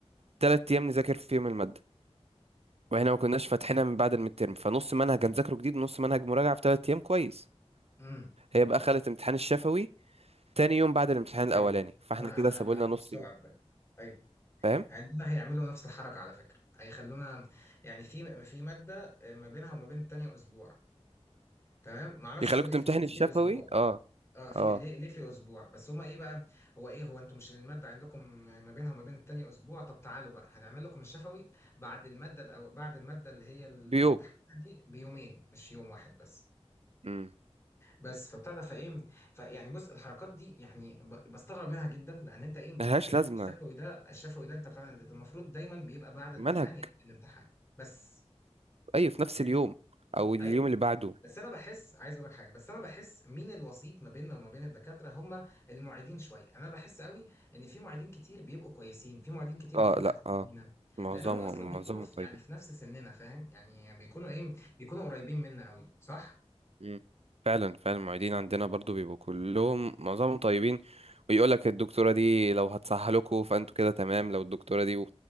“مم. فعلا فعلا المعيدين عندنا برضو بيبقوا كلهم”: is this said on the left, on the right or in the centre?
Right